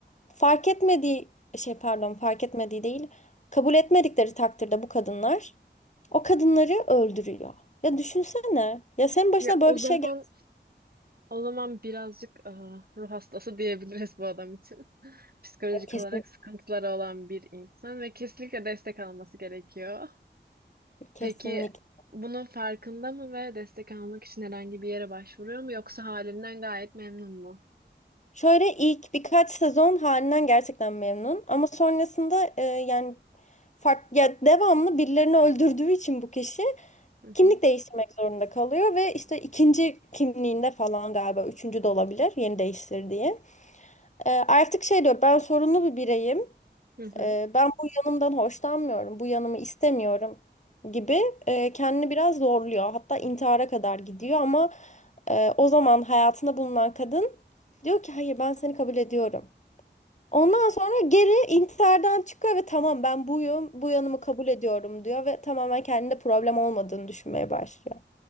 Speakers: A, on the left; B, on the right.
A: fark etmediği şey pardon fark etmediği değil kabul etmedikleri takdirde bu kadınlar o kadınları öldürüyor. Ya düşünsene ya senin başına
B: Ya
A: böyle
B: o
A: bir
B: zaman
A: şey geldi
B: o zaman birazcık e, ruh hastası diyebiliriz bu adam için. Psikolojik
A: kesin
B: olarak sıkıntıları olan bir insan ve kesinlikle destek alması gerekiyor.
A: kesinlikle.
B: Peki bunun farkında mı ve destek almak için herhangi bir yere başvuruyor mu yoksa halinden gayet memnun mu?
A: Şöyle ilk birkaç sezon halinden gerçekten memnun ama sonrasında e, yani fark ya devamlı birilerini öldürdüğü için bu kişi
B: Hı
A: Kimlik
B: hı.
A: değiştirmek zorunda kalıyor ve işte ikinci kimliğinde falan galiba üçüncü de olabilir yeni değiştirdiği. Ee, artık şey diyor ben sorunlu bir bireyim.
B: Hı hı.
A: Ee, ben bu yanımdan hoşlanmıyorum. Bu yanımı istemiyorum gibi e, kendini biraz zorluyor. Hatta intihara kadar gidiyor ama e, o zaman hayatında bulunan kadın diyor ki hayır ben seni kabul ediyorum. Ondan sonra geri intihardan çıkıyor ve tamam ben buyum, bu yanımı kabul ediyorum diyor ve tamamen kendinde problem olmadığını düşünmeye başlıyor.